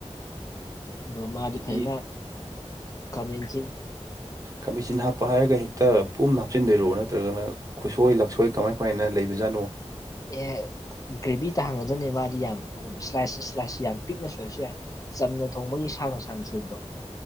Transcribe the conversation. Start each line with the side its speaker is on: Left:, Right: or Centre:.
Left: ꯑꯗꯣ ꯃꯥꯗꯤ
Right: ꯍꯥꯏꯗꯤ
Left: ꯐꯥꯖꯅ ꯀꯥꯃꯦꯟꯁꯤꯟ
Right: ꯀꯥꯃꯦꯟꯁꯤꯟ ꯍꯥꯞꯄ ꯍꯥꯏꯔꯒ ꯍꯦꯛꯇ ꯄꯨꯝꯅ ꯍꯥꯞꯆꯤꯟꯗꯣꯏꯔꯣ ꯅꯠꯇ꯭ꯔꯒꯅ ꯈꯨꯠꯁꯣꯏ ꯂꯛꯁꯣꯏ ꯀꯃꯥꯏ ꯀꯃꯥꯏꯅ ꯂꯩꯕꯖꯥꯠꯅꯣ
Left: ꯑꯦ ꯒ꯭ꯔꯦꯚꯤ ꯇꯥꯍꯟꯒꯗꯣꯏꯅꯦ ꯃꯥꯗꯤ ꯌꯥꯝ ꯏꯁ꯭ꯂꯥꯏꯁ ꯏꯁ꯭ꯂꯥꯏꯁ ꯌꯥꯝ ꯄꯤꯛꯅ ꯁꯣꯏꯕꯁꯨ ꯌꯥꯏ ꯆꯝꯅ ꯊꯣꯡꯕꯒꯤ ꯁꯥꯡꯅ ꯁꯥꯡꯅ ꯁꯣꯏꯕꯗꯣ